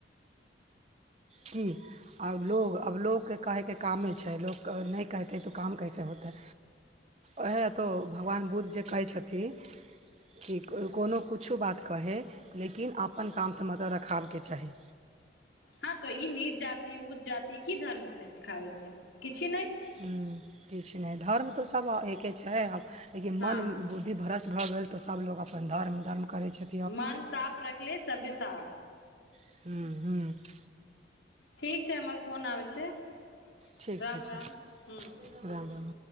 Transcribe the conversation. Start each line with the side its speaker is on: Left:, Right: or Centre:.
Right: की आब लोग अब लोग कऽ कहयकेँ कामे छै लोग कऽ नै कहतै तऽ काम कइसे होतै ओहै तो भगवान बुद्ध जे कहै छथिन कि कोई कोनो कुछो बात कहय लेकिन आपन काम से मतलब रखाब केँ चाही
Left: हऽ तऽ ई नीच जाति उँच जाति की धर्म से सिखाबै छै किछि नै
Right: हु किछ नै धर्म तऽ सब अ एके छै आब लेकिन
Left: हँ
Right: मन बुद्ध बुद्धि भ्रस्ट भऽ गेल तऽ सब लोग अपन धर्म धर्म करै छै
Left: मन साफ रैख ले सबे साफ
Right: <unintelligible>
Left: ठीक छै हमर फोन आबै छै <inaudible>
Right: ठीक
Left: राम
Right: छै ठीक
Left: राम हु ठीक
Right: राम
Left: छै
Right: राम